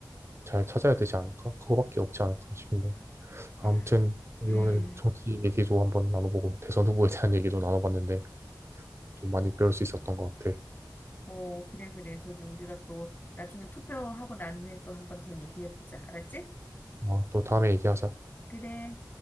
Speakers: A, on the right (about 35°); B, on the left (about 25°).
A: 잘 찾아야 되지 않을까? 그거밖에 없지 않을까 싶네. 아무튼
B: 아,
A: 오늘
B: 음,
A: 정치 얘기도 한번 나눠보고 대선 후보에 대한 얘기도 나눠봤는데 또 많이 배울 수 있었던 것 같아.
B: 어, 그래, 그래. 저기 우리가 또 나중에 투표하고 난 후에 또 한번 더 얘기해보자. 알았지?
A: 어, 또 다음에 얘기하자.
B: 그래.